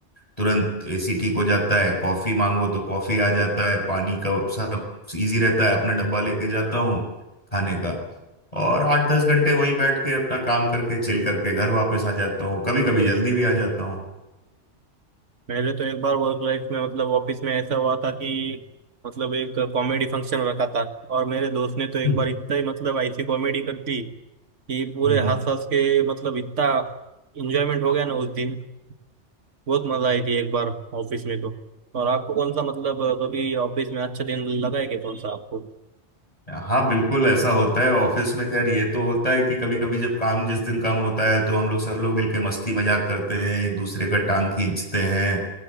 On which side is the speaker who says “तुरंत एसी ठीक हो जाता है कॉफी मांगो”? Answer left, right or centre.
Left